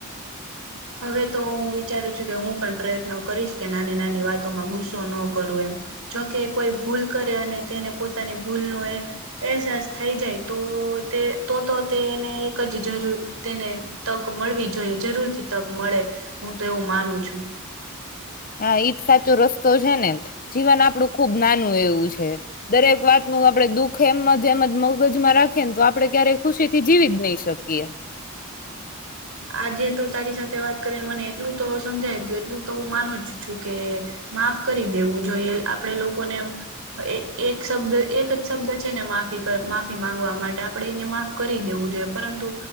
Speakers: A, on the right; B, on the left.
A: હવે તો હું વિચારું છું કે હું પણ પ્રયત્નો કરીશ કે નાની નાની વાતોમાં ગુસ્સો ન કરું એમ. જોકે કોઈ ભૂલ કરે અને તેને પોતાની ભૂલનો એ અહેસાસ થઈ જાય તો તે તો તો તેને એકજ જરૂર તેને તક મળવી જોઈએ જરૂર થી તક મળે હું તો એવું માનું છું.
B: હા ઈજ સાચો રસ્તો છે ને જીવન આપડું ખુબ નાનું એવું છે. દરેક વાતનું આપડે દુઃખ એમ જ એમ જ મગજમાં રાખીએ ને તો આપડે ક્યારેય ખુશી થી જીવીજ નહી શકીએ.
A: આજે તો તારી સાથે વાત કરીને મને એટલું તો સમજાય ગયુ એટલું તો હું માનું જ છું કે માફ કરી દેવું જોઈએ, આપડે લોકોને. એ એક શબ્દ એક જ શબ્દ છે ને માફી પ માફી માંગવા માટે આપણેે એને માફ કરી દેવું જોઈએ પરંતુ